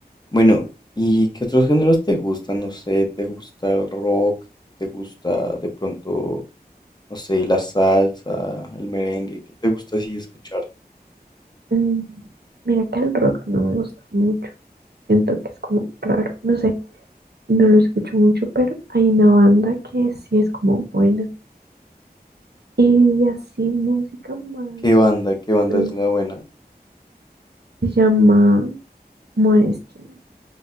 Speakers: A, on the left (about 25°); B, on the right (about 80°).
A: bueno, ¿y qué otros géneros te gustan? No sé, ¿te gusta el rock? ¿Te gusta de pronto no sé, la salsa, el merengue, ¿qué te gusta así escuchar?
B: Mm, Mira que el rock no me gusta mucho. Siento que es como raro. No sé, no lo escucho mucho, pero hay una banda que sí es como buena. Y así música más.
A: ¿Qué banda, qué banda
B: mm,
A: es la buena?
B: Se llama Måneskin.